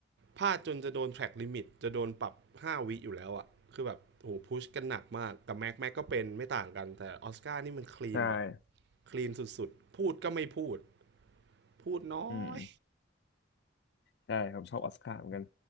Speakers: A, on the right; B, on the left.
A: พลาดจนจะโดนแทร็กลิมิตจะโดนปรับห้าวิอยู่แล้วอะคือแบบโอ้โหพุชกันหนักมากกับแม็กแม็กก็เป็นไม่ต่างกันแต่ออสการ์นี่มันคลีนแบบ
B: ใช่
A: คลีนสุดๆพูดก็ไม่พูดพูดน้อย
B: อืมใช่ผมชอบออสการ์เหมือนกัน